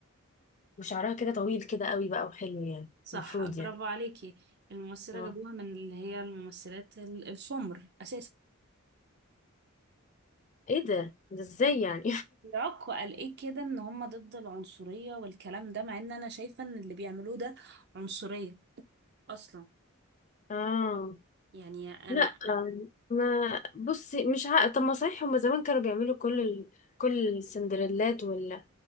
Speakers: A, on the left; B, on the right.
A: وشعرها كده طويل كده قوي بقى وحلو يعني
B: صح
A: المفروض
B: برافو
A: يعني
B: عليكي الممثلة
A: اه
B: جابوها من اللي هي الممثلات ال- السمر أساسا
A: ايه ده ده ازاي يعني
B: العكو قال إيه كده إن هما ضد العنصرية والكلام ده مع إن أنا شايفة إن اللي بيعملوه ده عنصرية أصلا
A: <laughs> اه
B: يعني أنا
A: لا آم، ما بصي مش عارفة طب ما صحيح هما زمان كانوا بيعملوا كل ال... كل السندريلات وال...